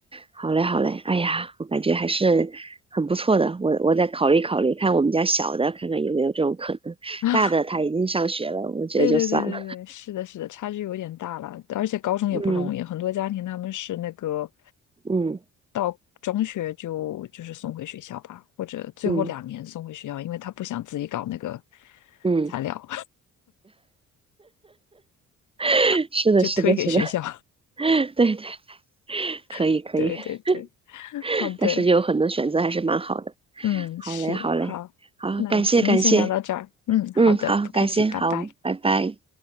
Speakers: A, on the right (about 20°); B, on the left (about 80°).
A: 好嘞，好嘞。哎呀，我感觉还是很不错的。我我再考虑考虑，看我们家小的，看看有没有这种可能。
B: <laughs>
A: 大的他已经上学了，
B: 啊，
A: 我觉得就算了。
B: 对对对对对，是的，是的，差距有点大了，而且高中也不容易，
A: 嗯
B: 很多家庭他们是那个
A: 嗯
B: 到中学就就是送回学校吧，或者最后两年送回学校，
A: 嗯
B: 因为他不想自己搞那个
A: 嗯，
B: 材料，
A: <laughs>
B: <laughs>
A: 是的，
B: 就推给学校。
A: 是的，是的，<laughs> 对对，可以可以。
B: <laughs> 对对对，<laughs>
A: <laughs>
B: 好的。
A: 但是有很多选择还是蛮好的。
B: 嗯，是，
A: 好嘞，好嘞，
B: 好，
A: 好，
B: 那今天先聊到这儿。
A: 感谢感谢。
B: 嗯，好的，
A: 嗯，好，
B: 不客气，
A: 感谢，
B: 拜拜。
A: 好，拜拜。